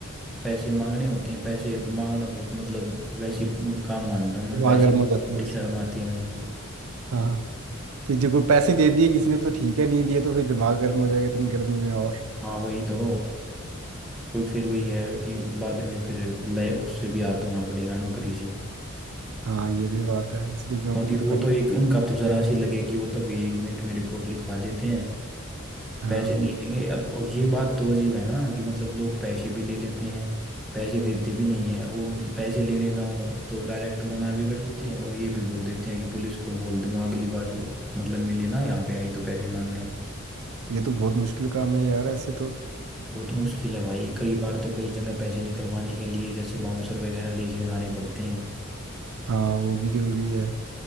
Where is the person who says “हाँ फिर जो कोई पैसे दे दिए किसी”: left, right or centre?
Right